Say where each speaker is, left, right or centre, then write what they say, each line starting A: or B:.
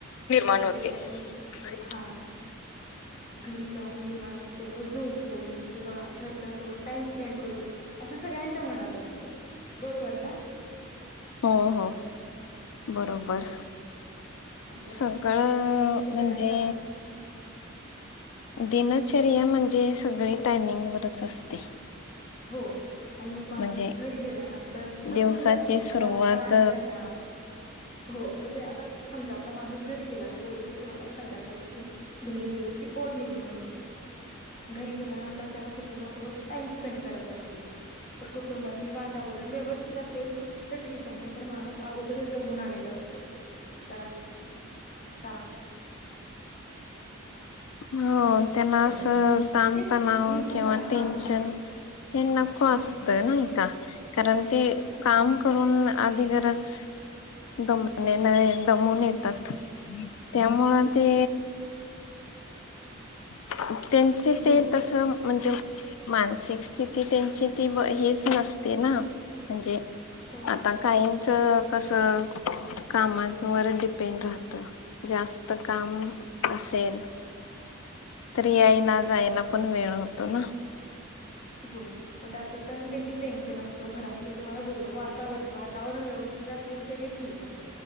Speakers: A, on the left (about 75°); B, on the left (about 35°).
A: निर्माण
B: घरी
A: होते.
B: जाऊन
A: आणि
B: हा घरी जाऊन निवांत झोपून किंवा घरच्यासोबत टाइम स्पेंड करू असं सगळ्यांच्या मनात असत बरोबर ना?
A: हो हो बरोबर
B: हा मग
A: सगळं
B: ते सगळ्यांच्या
A: म्हणजे
B: मनात
A: दिनचर्या म्हणजे सगळी टायमिंग वरच असते.
B: हो आणि मग माणूस
A: म्हणजे
B: घरी गेल्यानंतर थकून
A: दिवसाची
B: जातो
A: सुरुवात
B: त्याला ताण तणाव हो म्हणजे आता समजा आता माणूस घरी गेला मी बोललो की तुम्हाला संध्याकाळची घरी जायची ओढ निर्माण होती घरी गेल्यानंतर त्याला कुटुंबासोबत टाइम स्पेंड करायचा असतो तर कुटुंबातील वातावरण व्यवस्थित असेल तर ठीक आहे. नाहीतर माणूस अगोदरच दमून आलेला असतो. त्याला <inaudible>
A: हो त्याना
B: टेन्शन
A: असं ताणतणाव
B: म्हणजे निम्म
A: किंवा
B: पार कामाचं
A: टेन्शन हे नको असतं नाही का? कारण ते काम करून आधी गरज दम दमून <unintelligible> येतात त्यामुळं ते <inaudible> त्यांचे
B: हो
A: ते तसं म्हणजे मानसिक स्थिती त्यांची ती हेच नसते ना म्हणजे
B: हो
A: आता काही त कसं कामांवर डिपेंड राहतं जास्त काम असेल तर याईना जायना पण वेळ होतो ना.
B: हो म त्याच पण देखील टेन्शन असतो घरातलं तुम्हाला बोललो वातावरणं वातावरण व्यवस् येत असेल तरी ठीक आहे.